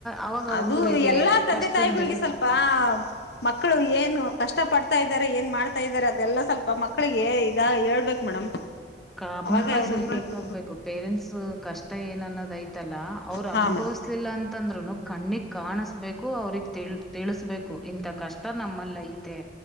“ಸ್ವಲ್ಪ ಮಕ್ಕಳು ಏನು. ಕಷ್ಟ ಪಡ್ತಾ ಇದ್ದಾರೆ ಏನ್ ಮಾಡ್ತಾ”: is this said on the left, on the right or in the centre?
Left